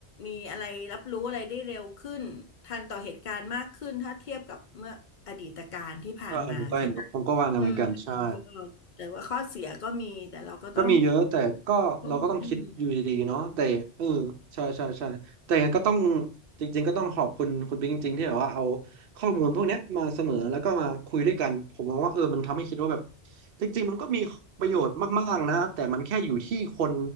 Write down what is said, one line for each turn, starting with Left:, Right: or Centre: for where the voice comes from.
Left: มีอะไรรับรู้อะไรได้เร็วขึ้นทันต่อเหตุการณ์มากขึ้นถ้าเทียบกับเมื่ออดีตการที่ผ่านมาใช่ไหม
Right: ใช่ผมก็เห็นผมก็วางกันเหมือนกันใช่
Left: อืมมันก็แต่ว่าข้อเสียก็มีแต่เราก็ต้อง
Right: ก็มีเยอะแต่ก็เราก็ต้องคิดอยู่ดีๆเนาะแต่เออใช่ใช่ใช่แต่ยังไงก็ต้อง
Left: ต้องอืม
Right: จริงๆก็ต้องขอบคุณคุณปิ๊งจริงๆที่แบบว่าเอาข้อมูลพวกเนี้ยมาเสนอแล้วก็มาคุยด้วยกันผมมองว่าเออมันทำให้คิดว่าแบบจริงๆมันก็มีประโยชน์มากๆนะแต่มันแค่อยู่ที่คน